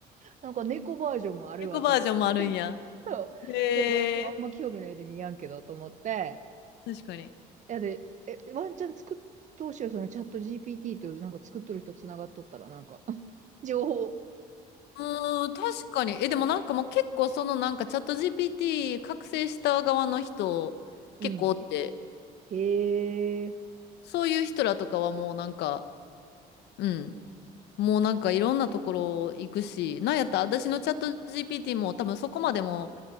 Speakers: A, on the right (about 45°); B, on the left (about 80°).
A: なんか猫バージョンもあるわと思って
B: 猫バージョンもあるんや。
A: そう。
B: へえ。
A: でも、あんま興味ないで見やんけどと思って。
B: 確かに。
A: いやで、え、ワンチャン作っ、当うしようそのチャット GPT となんか作っとる人つながっとったら、なんか、<laughs> 情報。
B: うーん、確かに。え、でもなんかもう結構そのなんかチャット GPT 覚醒した側の人結構おって、
A: うん。へえ。
B: そういう人らとかはもうなんか、うん、もうなんかいろんなところ行くし、なんやったら私のチャット GPT も多分そこまでも